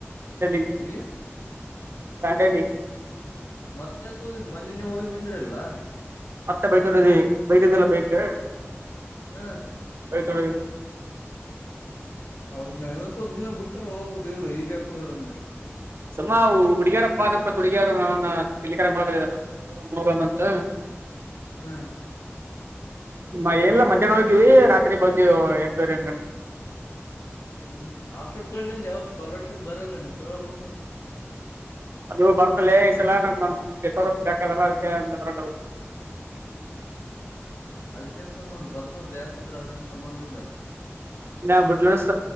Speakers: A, on the right; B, on the left.
A: ಅಲ್ಲಿಗೆ.
B: ಎಲ್ಲಿಗೆ
A: ಕಟಲಿ
B: ಮತ್ತೆಕ ಹೋಗರು ಮನನೇ ಹೋಗ್ಂದ್ರಲ್ಲಾ.
A: ಮತ್ತೆ ಬೈತೊಂಡಿ ಬೈತಿಂದಲ್ಲ ಬೈಕ್.
B: ಹ
A: ತಳ.
B: ಹೌದ್ ನ ಸಬ್ಜಿನ ಬಿಟ್ಟಾರ ಹೋಗ್ಕ್ ಇಲ್ ಈಗ ಯಾಕುದ ಬಂದ್ರ.
A: ಸುಮ್ಮ ಹುಡುಗಿಯರಪ್ಪ ಅ ಹುಡುಗಿಯಾರ ನ ತಿಲಿಕರ ಮಾಡಗ ಅಂತ.
B: ಹ.
A: ಮ ಎಲ್ಲ ಮಧ್ಯಾಹ್ನ ಹೋಗೀವಿ ರಾತ್ರಿ ಬಂದವು ಎರೂರ ಎ.
B: ಹ್ಮ್್ಮ ಹಸ್ಲ್ ಕಿಂದ ಯಾವ ಸ್ಕಾಲರ್ಶಿಪ್ ಬರಲ್ಲ ನೀನ್ ಕೇಳ್ಬೇಕು.
A: ಅದು ಬರ್ತಲೇ ಈ ಸಲ ನ ನರ ಬೇಕಾದಲ್ಲ ಅದಕ್ಕೆರ.
B: ಅದ್ಕ್ಕೇನ್ ಸಂಬಂಧ ಬರ್ತಾವ ಬ್ಯಾಾಕಿದ್ರೆ ಅದೇನ್ ಸಂಬಂಧ ಇಲ್ಲ.
A: ಇ ಬಿಟ್ಲಸ